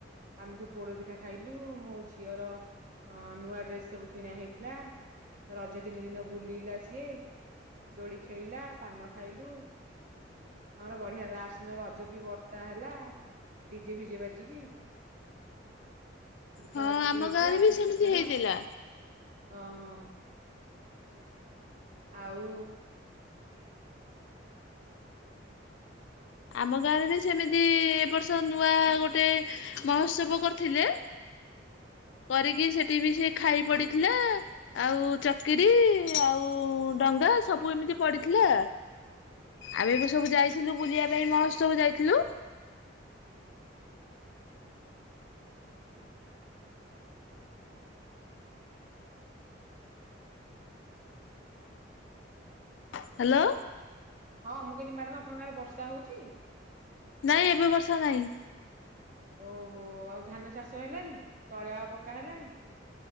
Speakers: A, on the right; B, on the left.
A: ଆମେ ସବୁ ପୋଡପିଠା ଖାଇଲୁ ମୋ ଝିଅର ଅ ନୂଆ ଡ୍ରେସ ସବୁ କିଣା ହେଇଥିଲା ରଜ ତିନି ଦିନ ବୁଲିଲା ସିଏ? ଦୋଳି ଖେଳିଲା ପାନ ଖାଇଲୁ। ଆମର ବଢିଆ ଲସ୍ ଦିନ ରଜ ବି ବଟା ହେଲା। ଡିଜେ ଭିଜେ ବାଜିିକି। ଗୀତ
B: ହଁ
A: ନାଚ
B: ଆମ
A: ବି ହେଇଥିଲା
B: ଗାଁରେ
A: ପୁଚି
B: ସେମିତି
A: ଖେଳ।
B: ହେଇଥିଲା।
A: ଓ ହଁ ଆଉ
B: ଆମ ଗାଁରେ ବି ସେମିତି ଏବ ବର୍ଷ ନୂଆ ଗୋଟେ ମହୋତ୍ସବ କରିଥିଲେ କରିକି ସେଠି ବି ସେ ଖାଇ ପଡିଥିଲା। ଆଉ ଚକିରିୀ ଆଉ ଡଙ୍ଗା ସବୁ ଏମିତି ପଡିଥିଲା। ଆମେ ବି ସବୁ ଯାଇଥିଲୁ ବୁଲିବା ପାଇଁ ମହୋତ୍ସବ ଯାଇଥିଲୁ। ହ୍ୟାଲୋ।
A: ହଁ ମୁଁ କଇଲି ମ୍ୟାଡାମ ଆପଣଙ୍କ ଗାଁରେ ବର୍ଷା ହଉଛି?
B: ନାଇଁ ଏବେ ବର୍ଷା ନାହିଁ।
A: ଓହୋ, ଆଉ ଧାନ ଚାଷ ହେଲାଣି ତଳା ପକ୍କା ହେଲାଣି?